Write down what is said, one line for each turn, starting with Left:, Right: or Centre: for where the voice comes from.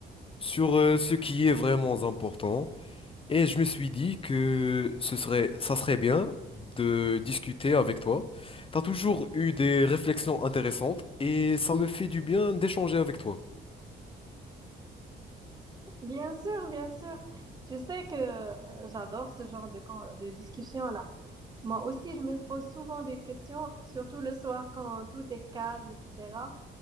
Left: sur euh, ce qui est vraiment important. Et je me suis dit que ce serait, ça serait bien de discuter avec toi. T'as toujours eu des réflexions intéressantes et ça me fait du bien d'échanger avec toi.
Right: Bien sûr, bien sûr. Tu sais que euh, j'adore ce genre de, con- de discussion-là. Moi aussi, je me pose souvent des questions, surtout le soir quand tout est calme, etc.